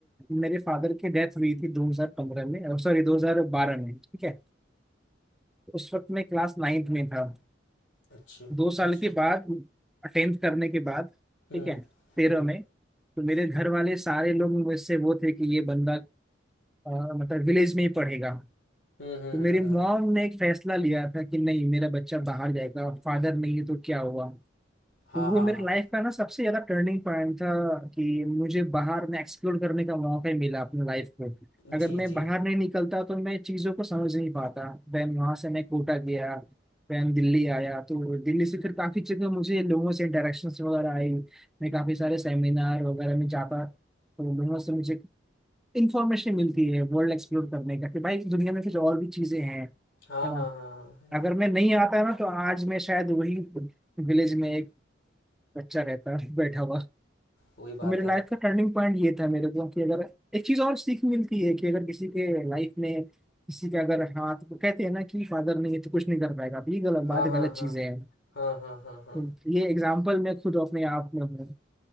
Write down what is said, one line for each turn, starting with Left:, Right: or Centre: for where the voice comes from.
Centre: मेरे फादर की डेथ हुई थी 2015 में सॉरी 2012 में ठीक है उस वक्त मैं क्लास नाइन्थ में था
Left: अच्छी
Centre: दो साल
Left: अच्छी
Centre: के बाद टेंथ करने के बाद
Left: हम्म
Centre: ठीक है तेरह
Left: हम्म
Centre: में तो मेरे घर वाले सारे लोग मुझसे वो थे कि ये बंदा अ, मतलब विलेज में ही पढ़ेगा
Left: हम्म हम्म
Centre: तो मेरी
Left: हम्म
Centre: मॉम
Left: हम्म।
Centre: ने एक फैसला लिया था कि नहीं मेरा बच्चा बाहर जाएगा फादर नहीं है तो क्या हुआ
Left: हाँ
Centre: तो वो
Left: हाँ
Centre: मेरे
Left: हाँ
Centre: लाइफ का ना सबसे ज्यादा टर्निंग पॉइंट था कि मुझे बाहर में एक्सप्लोर करने का मौका ही मिला अपनी लाइफ को
Left: जी
Centre: अगर
Left: जी
Centre: मैं बाहर नहीं निकलता तो मैं चीज़ों को समझ नहीं पाता देन वहाँ से मैं कोटा गया देन दिल्ली आया तो दिल्ली से फिर काफ़ी जगह मुझे लोगों से इंटरेक्शंस वगैरह आई मैं काफ़ी सारे सेमिनार वगैरह में जाता तो लोगों से मुझे इंफॉर्मेशन मिलती है वर्ल्ड एक्सप्लोर करने का कि भाई इस दुनिया में कुछ और भी चीजें हैं
Left: हाँ
Centre: है
Left: हाँ
Centre: ना
Left: हाँ हाँ
Centre: अगर मैं नहीं आता ना तो आज मैं शायद वही विलेज में एक बच्चा रहता बैठा हुआ
Left: वही बात
Centre: तो मेरे
Left: है
Centre: लाइफ का टर्निंग पॉइंट ये था मेरे को कि अगर एक चीज और सीख मिलती है कि अगर किसी के लाइफ में किसी का अगर हाथ तो कहते हैं ना कि फादर नहीं है तो कुछ नहीं कर पाएगा तो ये गलत
Left: हाँ
Centre: बात
Left: हाँ
Centre: गलत
Left: हाँ
Centre: चीजें हैं
Left: हाँ हाँ हाँ हाँ
Centre: तो ये एग्जाम्पल मैं खुद अपने आप में हूँ